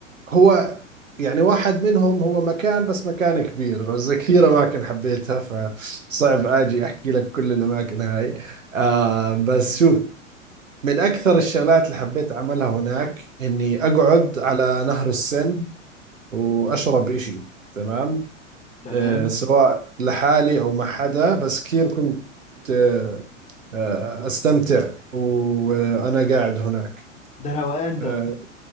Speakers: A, on the right; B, on the left.
A: هو يعني واحد منهم هو مكان بس مكان كبير بس كثير اماكن حبيتها فصعب اجي احكي لك كل الاماكن هاي آه بس شوف من اكثر الشغلات اللي حبيت اعملها هناك اني اقعد على نهر السن واشرب اشي تمام
B: تمام
A: آه سواء لحالي او مع حدا بس كثير كنت آه آه استمتع وانا قاعد هناك
B: ده روقان
A: آه،
B: ده